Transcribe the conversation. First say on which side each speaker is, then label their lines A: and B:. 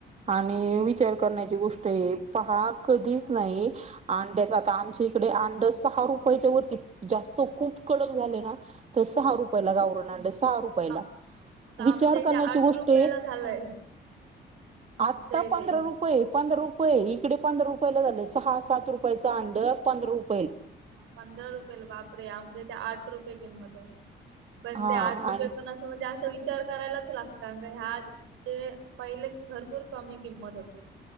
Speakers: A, on the right; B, on the right.
A: आणि
B: आपण
A: विचार करण्याची गोष्ट े या पहा कधीच नाही, अंड्याच आता आमच्या इकडे अंड सहा रुपयाच्या वरती जास्त खूप. कडक झाले ना,, तर सहा रुपयला गावरान अंड सहा
B: अ
A: रुपयला
B: आ मग आमच्या
A: विचार
B: इथे
A: करण्याची
B: आठ
A: गोष्टय
B: रुपयाला झालंय
A: आता
B: आमच्या इथे.
A: पंध रुपये पंधरा रुपये. इकडे पंधरा रुपये झालं,,, सहा, सात रुपयाचं अंड पंधरा रुपय
B: पंधरा रुपयेला, बापरे!, आमच्या इथे ते आठ रुपये किंमत या. पण
A: हा
B: ते आठ रुपये
A: आणि
B: पण असं म्हणजे अस विचारऽऽ विचार करायलाच लागत,, ह्या म्हणजे पहिले भरपूर कमी किंमत होती.